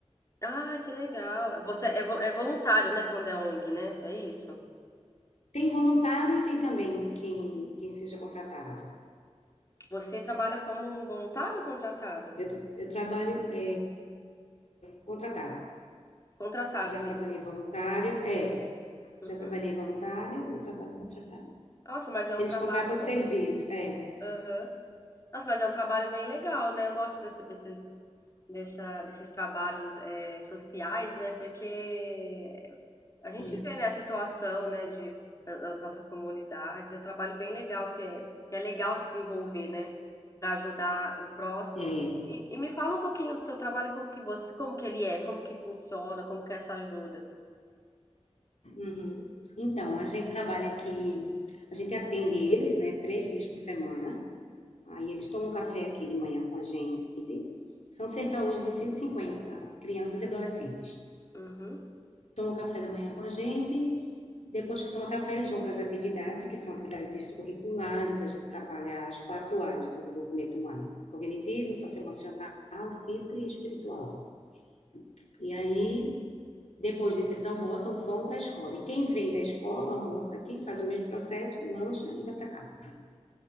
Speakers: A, on the left (about 30°); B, on the left (about 85°).
A: Ah, que legal. Você é, vo- é voluntário, né, quando é ONG, né? É isso?
B: Tem voluntário e tem também quem, quem seja contratado.
A: Você trabalha como voluntário ou contratado?
B: Eu, t- eu trabalho é, contratado.
A: Contratada
B: Já
A: mesmo.
B: trabalhei voluntário, é.
A: Uhum.
B: Já trabalhei voluntário e trabalho contratado.
A: Nossa, mas é
B: Eles
A: um trabalho.
B: contratam o serviço, é.
A: Aham. Nossa, mas é um trabalho bem legal, né? Eu gosto desse- desses, dessa- desses trabalhos eh, sociais, né? Porque A gente
B: Isso,
A: vê, né, a situação, né, de, da- das nossas comunidades. É um trabalho bem legal que é, que é legal desenvolver, né, para ajudar o próximo.
B: é.
A: E, e- e me fala um pouquinho do seu trabalho, como que você, como que ele é, como que funciona, como que é essa ajuda.
B: Uhum. Então, a gente trabalha aqui, a gente atende eles, né, três dias por semana. Aí eles tomam um café aqui de manhã com a gente. São cerca hoje de 150 crianças e adolescentes.
A: Uhum.
B: Tomam café da manhã com a gente. Depois que toma café, eles vão para as atividades, que são atividades extracurriculares. A gente trabalha as quatro áreas de desenvolvimento humano: cognitivo, socioemocional, físico e espiritual. E aí, depois disso, eles almoçam, vão para a escola. E quem vem da escola almoça aqui, faz o mesmo processo, lancha e vai para casa.